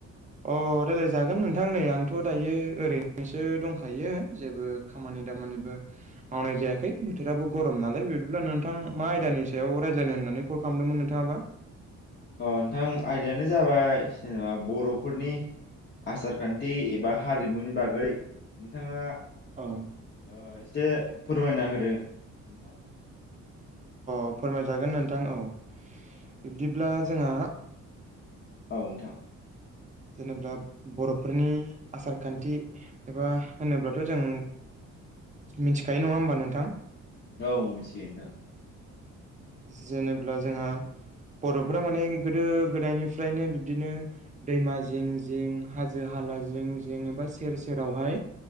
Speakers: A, on the right (about 25°); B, on the left (about 35°).
A: अ रायलायजागोन नोंथां नै आंथ' दायो ओरैनोसो दंखायो जेबो खामानि आयदामानिबो मावनाय जायाखै बोथोराबो गरम नालाय बिदिब्ला नोंथां मा आयदानि सायाव रायज्लायनानै नानै कल खालामदोंमोन नोंथाङाबा
B: अ नोंथां आयदायानो जाबाय जेनेबा बर'फोरनि आसार खान्थि एबा हारिमुनि बागै नोंथाङा
A: औ
B: ओ एसे फोरमायना होदों नोंथां
A: औ फोरमायजागोन नोंथां औ
B: औ
A: बिब्दिब्ला जोंहा
B: नोंथां
A: जेनेबा बर'फोरनि आसार खान्थि एबा होनोब्लाथ' जों मिथिखायो नङा होमबा नोंथां
B: औ मिथियो नोंथां
A: जेनेब्ला जोंहा बर'फोरा माने गोदो गोदायनिफ्रायनो बिब्दिनो दैमा जिं-जिं हाजो हा हाला जें-जें एबा सेर सेरावहाय